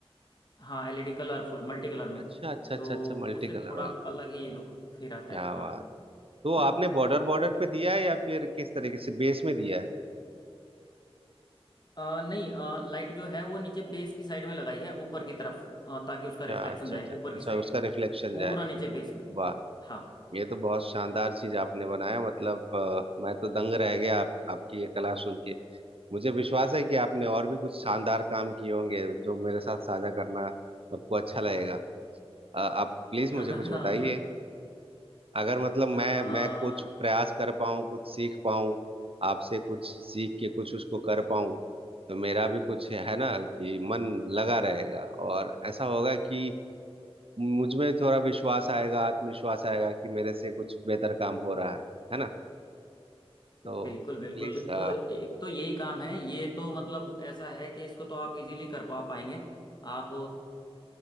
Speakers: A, on the left; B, on the right.
A: हाँ एलईडी कलरफुल मल्टी कलर में
B: अच्छा अच्छा अच्छा
A: तो
B: अच्छा मल्टी
A: उससे
B: कलर
A: थोड़ा
B: वाली
A: अलग ही लुक फिर आता
B: क्या
A: है हाँ
B: बात तो आपने
A: <clears throat>
B: बॉर्डर
A: ये
B: बॉर्डर पे दिया है या फिर किस तरीके से बेस में दिया है
A: आ, नहीं आ, लाइट जो है वो नीचे बेस की साइड में लगाई है ऊपर की तरफ आ, ताकि उसका रिफ्लेक्शन
B: अच्छा अच्छा
A: जाए
B: अच्छा
A: ऊपर
B: अच्छा
A: की
B: अच्छा,
A: साइड
B: उसका रिफ्लेक्शन
A: पूरा
B: जाए
A: नीचे बेस में
B: वाह
A: हाँ
B: ये तो बहुत शानदार चीज आपने बनाया मतलब अ, मैं तो दंग रह गया आप, आपकी ये कला सुन के मुझे विश्वास है कि आपने और भी कुछ शानदार काम किए होंगे जो मेरे साथ साझा करना आपको अच्छा लगेगा अ, आप प्लीज
A: <laughs>
B: मुझे
A: हाँ
B: कुछ बताइए
A: सर
B: अगर मतलब मैं
A: आ,
B: मैं कुछ प्रयास कर पाऊँ कुछ सीख पाऊँ आपसे कुछ सीख के कुछ उसको कर पाऊँ तो मेरा भी कुछ है ना कि मन लगा रहेगा और ऐसा होगा कि मुझ में थोड़ा विश्वास आएगा आत्मविश्वास आएगा कि मेरे से कुछ बेहतर काम हो रहा है है ना तो
A: बिल्कुल बिल्कुल
B: प्लीज अच्छा
A: तो एक तो यही काम है ये तो मतलब ऐसा है कि इसको तो आप इजीली कर पा पाएंगे आप